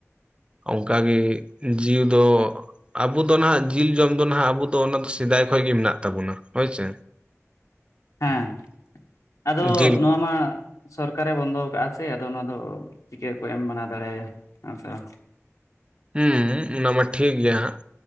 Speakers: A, on the right (about 20°); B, on the left (about 85°).
A: ᱚᱝᱠᱟᱜᱮ ᱡᱤᱣᱤ ᱫᱚ ᱟᱵᱚ ᱫᱚ ᱱᱟᱦᱟᱜ ᱡᱤᱞ ᱡᱚᱢ ᱫᱚ ᱱᱟᱦᱟᱜ ᱟᱵᱚ ᱫᱚ ᱚᱱᱟ ᱫᱚ ᱥᱮᱫᱟᱭ ᱠᱷᱚᱱ ᱜᱮ ᱢᱮᱱᱟᱜ ᱛᱟᱵᱚᱱᱟ ᱦᱳᱭᱥᱮ᱾
B: ᱦᱮᱸ ᱟᱫᱚ
A: ᱡᱤᱞ
B: ᱱᱚᱣᱟ ᱢᱟ ᱥᱚᱨᱠᱟᱨᱮ ᱵᱚᱱᱫᱚ ᱣᱟᱠᱟᱜᱼᱟ ᱥᱮ ᱟᱫᱚ ᱱᱚᱣᱟ ᱫᱚ ᱪᱤᱠᱟᱹ ᱠᱚ ᱮᱢ ᱢᱟᱱᱟ ᱫᱟᱲᱮ ᱭᱟᱭᱟ ᱦᱮᱸ ᱥᱮ ᱵᱟ?
A: ᱦᱩᱸ ᱚᱱᱟᱢᱟ ᱴᱷᱤᱠ ᱜᱮᱭᱟ ᱦᱟᱸᱜ,